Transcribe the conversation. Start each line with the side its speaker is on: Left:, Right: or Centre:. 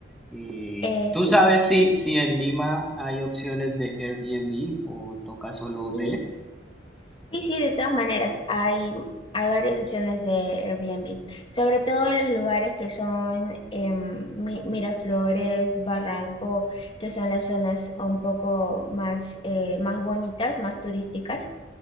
Centre: Eh,
Left: Eh,
Centre: ¿tú
Left: sí,
Centre: sabes si, si en Lima hay opciones de Airbnb o toca solo hoteles?
Left: sí. Sí, sí, de todas maneras, hay, hay varias opciones de Airbnb, sobre todo en los lugares que son em, Mi- Miraflores, Barranco, que son las zonas un poco más, eh, más bonitas, más turísticas.